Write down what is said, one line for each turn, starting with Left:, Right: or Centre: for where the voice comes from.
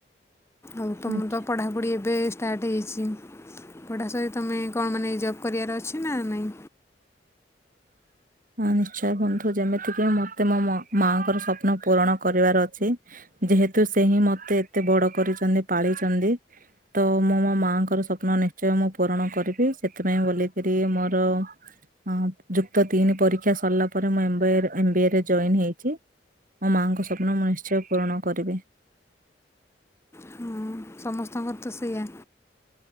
Left: ଆଉ ତମର
Right: ଆଜ୍ଞା।
Left: ତ ପଢ଼ାପଢ଼ି ଏବେ ଷ୍ଟାର୍ଟ ହେଇଛି ପଢ଼ା ସରି ତମେ କଣ ମାନେ ଜବ୍ କରିବାର ଅଛି ନା ନାଇଁ?
Right: ହଁ ନିଶ୍ଚୟ ବନ୍ଧୁ। ଯେମିତିକି ମତେ ମୋ ମ-ମାଙ୍କର ସ୍ୱପ୍ନ ପୂରଣ କରିବାର ଅଛି ଯେହେତୁ ସେ ହିଁ ମତେ ଏତେ ବଡ କରିଚନ୍ତି ପାଳିଚନ୍ତି, ତ ମୁଁ ମୋ ମାଙ୍କର ସ୍ୱପ୍ନ ନିଶ୍ଚୟ ମୁଁ ପୂରଣ କରିବି। ସେଥିପାଇଁ ବୋଲିକିରି ମୋର ହଁ। ଯୁକ୍ତ ତିନି ପରୀକ୍ଷା ସରିଲା ପରେ ମୁଁ ଏମ୍ ବ ଏ ରେ ଏମ୍ ବି ଏ ରେ ଜଏନ୍ ହେଇଛି। ମୋ ମାଙ୍କ ସ୍ୱପ୍ନ ମୁଁ ନିଶ୍ଚୟ ପୂରଣ କରିବି।
Left: ହଁ ସମସ୍ତଙ୍କର ତ ସେଇଆ।